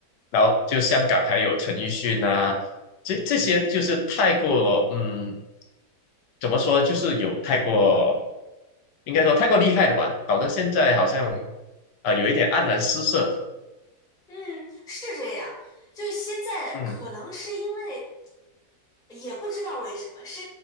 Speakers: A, on the left; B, in the centre.
A: 然后就香港还有陈奕迅啊，这这些就是太过嗯，怎么说就是有太过，应该说太过厉害的吧，搞得现在好像啊、呃有一点黯然失色，
B: 嗯，是这样。就是现在可能是因为
A: 嗯
B: 也不知道为什么，是